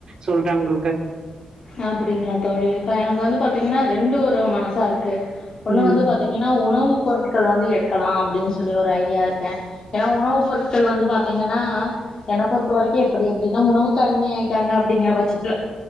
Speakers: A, on the right; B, on the left.
A: சொல்ற உங்களுக்கு
B: அப்டிங்களா தோழி இப்ப எனக்கு வந்து பாத்தீங்கனா ரெண்டு ஒரு மனசா இருக்கு ஒண்ணு
A: ம்
B: வந்து பாத் தீங்கனா உணவு பொருட்கள் வந்து எடுக்கலா அப்டினு சொல்லி ஒரு ஐடியா இருக்கே ஏனா உணவு பொருட்கள் வந்து பாத்தீங்கனா என்ன பொறுத்த வரைக்கு எப்டி அப்டினா உணவுக்கு அடிமை ஆயிட்டாங்க அப்டிங்கிற பட்சத்துல